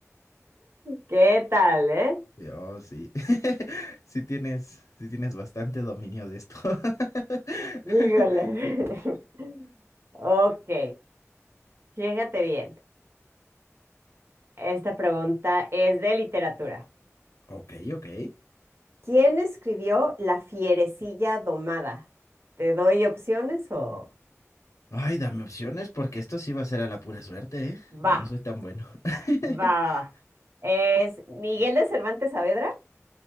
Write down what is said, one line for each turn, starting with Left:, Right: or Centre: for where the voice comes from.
Right: ¿Qué tal, eh?
Left: Sí, Oh, sí. <laughs> Sí tienes, sí tienes bastante dominio de esto. <laughs>
Right: Híjole. <laughs> Ok, fíjate bien. Esta pregunta es de literatura.
Left: Ok, ok.
Right: ¿Quién escribió La fierecilla domada? ¿Te doy opciones o...?
Left: Ay, dame opciones porque esto sí va a ser a la pura suerte, ¿eh? Yo
Right: Va,
Left: no soy tan bueno. <laughs>
Right: va, va. va. Es Miguel de Cervantes Saavedra,